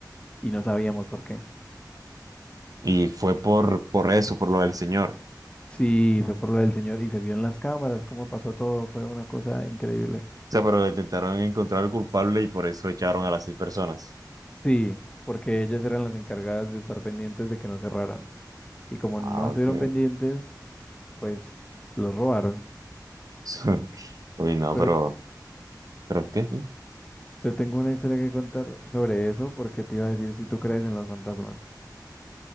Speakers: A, on the left; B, on the right.
A: y no sabíamos por qué.
B: Y fue por, por eso, por lo del señor. O
A: Sí, fue por lo del señor y se vio en las cámaras cómo pasó todo. Fue una cosa increíble.
B: sea, pero intentaron encontrar al culpable y por eso echaron a las seis personas.
A: Sí, porque ellas eran las encargadas de estar pendientes de que no cerraran. Y como
B: Ah,
A: no estuvieron
B: ok.
A: pendientes, pues los robaron.
B: <laughs> Uy, no,
A: Pero
B: pero, pero ¿qué?
A: Te tengo una historia que contar sobre eso porque te iba a decir si tú crees en los fantasmas.